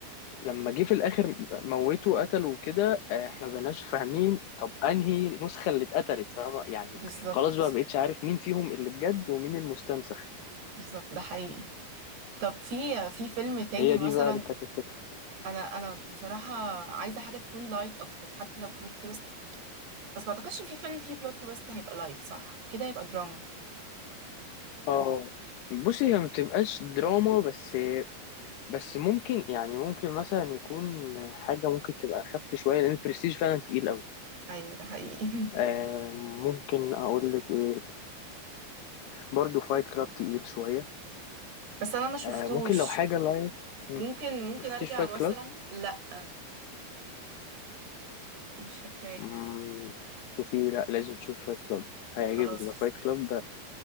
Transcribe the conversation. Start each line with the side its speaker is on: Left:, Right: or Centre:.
Left: لما جه في الاخر موته قتله وكده آه، احنا ما بقيناش فاهمين طب انهي نسخه اللي اتقتلت فاهمة؟ يعني
Right: بالظبط
Left: خلاص بقى ما بقتش عارف مين فيهم اللي بجد ومين المستنسخ
Right: بالظبط ده حقيقي طب في في فيلم تاني
Left: هي
Right: مثلا
Left: دي بقى اللي كانت الفكرة
Right: انا انا بصراحه عايزه حاجه تكون لايت اكتر حتى لو بلوت تويست بس ما اعتقدش في فيلم فيه بلوت تويست هيبقى لايت صح اكيد هيبقى دراما
Left: اه بصي هي ما بتبقاش دراما بس بس ممكن يعني ممكن مثلا يكون حاجة ممكن تبقى أخف شوية لأن البرستيج فعلا تقيل أوي
Right: ايوه ده حقيقي <laughs>
Left: آه ممكن أقول لك إيه برضه فايت كلاب تقيل شوية
Right: بس انا ما شفتوش
Left: آه ممكن لو حاجة لايت مم،
Right: ممكن ممكن
Left: مشفتيش
Right: ارجع
Left: فايت
Right: مثلا
Left: كلاب
Right: لا مش فاكراه
Left: مم، شوفي لا لازم تشوفي فايت كلاب هيعجبك
Right: خلاص
Left: ده فايت كلاب